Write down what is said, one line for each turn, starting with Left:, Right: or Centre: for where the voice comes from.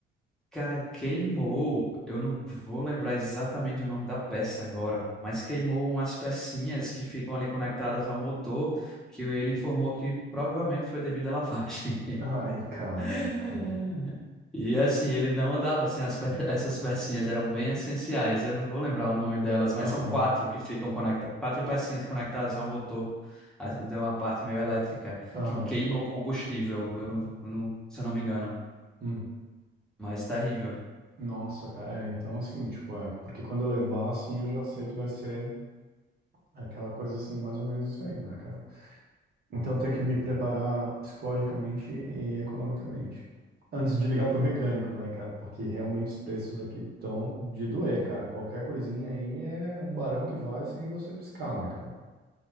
Centre: Cara, queimou. Eu não vou lembrar exatamente o nome da peça agora, mas queimou umas pecinhas que ficam ali conectadas ao motor, que ele informou que provavelmente foi devido à lavagem.
Right: Ai, caraca,
Centre: <laughs>
Right: velho.
Centre: E assim, ele não andava sem as pe- <laughs> essas pecinhas, eram bem essenciais. Eu não vou lembrar o nome delas, mas
Right: Aham,
Centre: são quatro que ficam conectadas, quatro pecinhas conectadas ao motor, a- de uma parte meio elétrica,
Right: aham.
Centre: que queima o combustível, eu não, eu não- se eu não me engano.
Right: Hum.
Centre: Mas terrível.
Right: Nossa, cara. É, então assim, tipo, é, porque quando eu levar, assim, eu já sei que vai ser aquela coisa assim, mais ou menos isso aí, né, cara? Então eu tenho que me preparar psicologicamente e economicamente. Antes de ligar pro mecânico, né, cara? Porque realmente os preços aqui estão de doer, cara. Qualquer coisinha aí é um barão que vai sem você piscar, né, cara?